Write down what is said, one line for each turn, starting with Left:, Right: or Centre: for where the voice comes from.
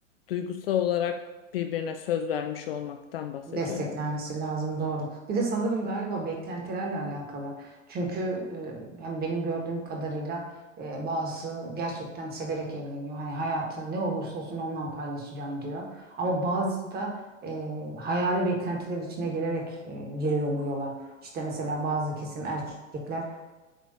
Left: duygusal olarak birbirine söz vermiş olmaktan bahsediyordu.
Right: Desteklenmesi lazım doğru. Bir de sanırım galiba beklentilerle alakalı. Çünkü e, hani benim gördüğüm kadarıyla e, bazı gerçekten severek evleniyor. Hani hayatı ne olursa olsun ondan paylaşacağım diyor. Ama bazı da e, hayali beklentiler içine girerek e, giriyor bu yola. İşte mesela bazı kesim erkekler